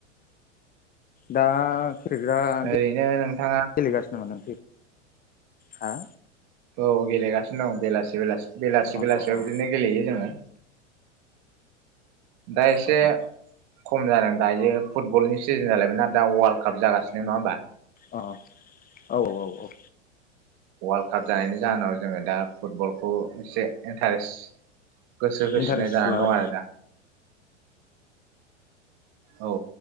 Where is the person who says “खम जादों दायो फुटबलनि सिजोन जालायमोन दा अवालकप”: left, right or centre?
Right